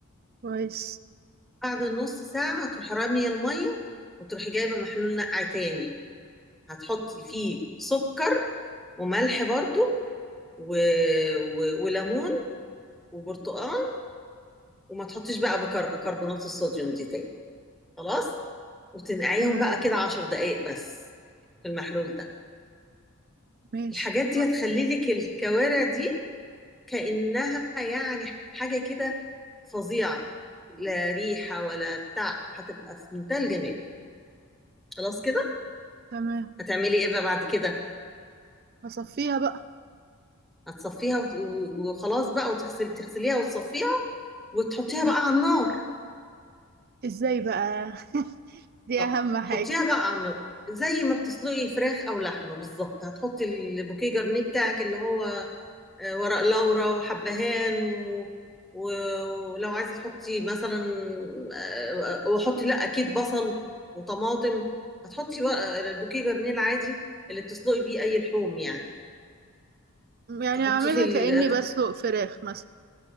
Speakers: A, on the right (about 45°); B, in the centre.
A: كويس
B: بعد النص ساعة هتروحي رامية المية وتروحي جايبة محلول نقع تاني هتحطي فيه سكر وملح برضو و... و... وليمون وبرتقال وما تحطيش بقى بكر... كربونات الصوديوم دي تاني خلاص وتنقعيهم
A: تمام
B: بقى كده عشر دقايق بس في المحلول ده
A: ماشي
B: الحاجات
A: اتفقنا.
B: دي هتخلي لك الكوارع دي كأنها يعني حاجة كده فظيعة لا ريحة ولا بتاع هتبقى في منتهى الجمال خلاص كده
A: تمام
B: هتعملي ايه بقى بعد كده
A: هصفيها بقى
B: هتصفيها وت- و- وخلاص بقى وتغسلي تغسليها وتصفيها وتحطيها
A: مم.
B: بقى على النار
A: ازاي بقى <laughs> دي
B: اه
A: اهم حاجة
B: حطيها بقى على النار زي ما بتسلقي فراخ او لحمه بالظبط هتحطي البوكيه جرنيه بتاعك اللي هو آه، ورق لورا وحبهان و... و... ولو عايزة تحطي مثلا آه، آه، وحطي لا أكيد بصل وطماطم هتحطي ورق- آه، البوكيه جرنيل عادي اللي بتسلقي بيه أي لحوم يعني
A: يعني
B: تحطيه
A: اعملها
B: في ال...
A: كأني
B: تح-
A: بسلق فراخ مثلا